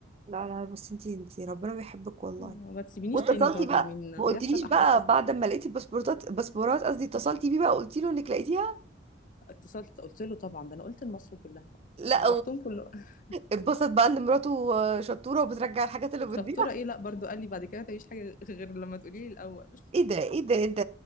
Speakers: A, on the right; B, on the left.
A: لا لا بس انتي انتي ربنا بيحبك والله
B: آه،
A: اه
B: ما تسيبينيش
A: واتصلتي
B: تاني تقعدي
A: طبعا
B: يومين
A: بقى ما قلتليش
B: بيحصل احداث
A: بقى
B: كتير
A: بعد ما لقيتي الباسبورتات الباسبورات قصدي اتصلتي بيه بقى قلتي له انك لقيتيها
B: اتصلت قلت له طبعا ده انا قلت لمصر كلها بقى
A: لا
B: عرفتهم كله <laughs>
A: واتبسط بقى ان مراته شطوره وبترجع الحاجات اللي بتضيع
B: شطوره ايه لا برضو قال لي بعد كده تعيش حاجه غير لما تقولي لي الاول
A: ايه ده ايه ده انت